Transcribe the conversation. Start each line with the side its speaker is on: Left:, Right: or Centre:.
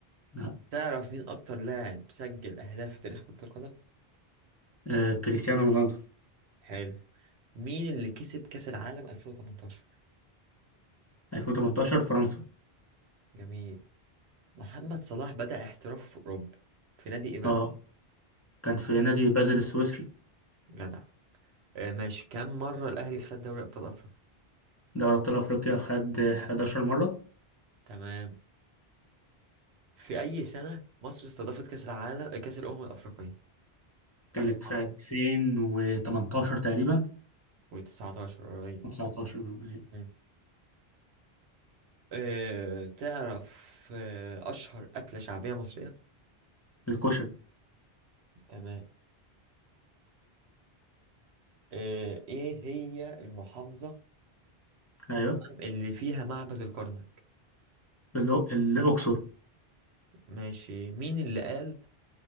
Left: لا
Right: تعرف مين أكتر لاعب سجل أهداف في تاريخ كرة القدم؟
Left: آه، كريستيانو رونالدو
Right: حلو مين اللي كسب كأس العالم 2018؟
Left: 2018 فرنسا
Right: جميل محمد صلاح بدأ احترافه في أوروبا في نادي إيه بقى؟
Left: اه كان في نادي بازل السويسري
Right: جدع آه ماشي كم مرة الأهلي خد دوري أبطال أفريقيا؟
Left: دوري أبطال أفريقيا خد آه، 11 مرة
Right: تمام في أي سنة مصر استضافت كأس العالم آه، كأس الأمم الأفريقية؟
Left: كانت
Right: آخر
Left: في
Right: مرة
Left: 2018 تقريبا
Right: و19 قريب
Left: و19
Right: مم. آه تعرف آه أشهر أكلة شعبية مصرية؟
Left: الكشري
Right: تمام آه إيه هي المحافظة
Left: ايوه
Right: اللي فيها معبد الكرنك
Left: الأو- الأقصر
Right: ماشي مين اللي قال